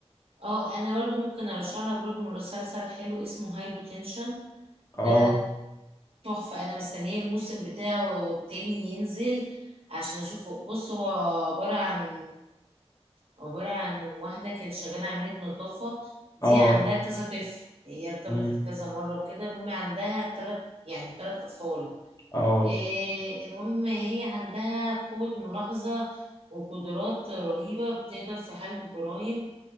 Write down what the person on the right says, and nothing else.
اه انا برضو ممكن ارشح لك برضو مسلسل حلو اسمه هايبوتنشن ده
تحفه انا مستنيه الموسم بتاعه التاني ينزل عشان اشوفه بص هو عباره عن عباره عن واحده كانت شغاله عامله نظافه دي
عندها كذا طفل هي ارتبطت
كذا مره وكده المهم عندها تلات يعني تلات اطفال
آه، المهم هي عندها قوة ملاحظة وقدرات رهيبة بتقدر في حل الجرائم